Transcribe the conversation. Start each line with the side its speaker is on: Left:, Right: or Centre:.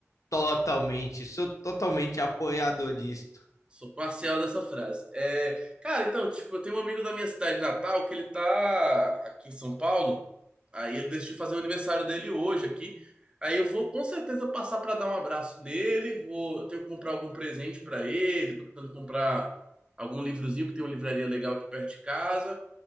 Left: Totalmente. Sou totalmente apoiador disto.
Right: Sou parcial dessa frase. É, cara, então, tipo, eu tenho um amigo da minha cidade natal que ele tá aqui em São Paulo. Aí ele decidiu fazer o aniversário dele hoje aqui. Aí eu vou com certeza passar pra dar um abraço nele. Vou ter que comprar algum presente pra ele. Tô tentando comprar algum livrozinho, que tem uma livraria legal aqui perto de casa.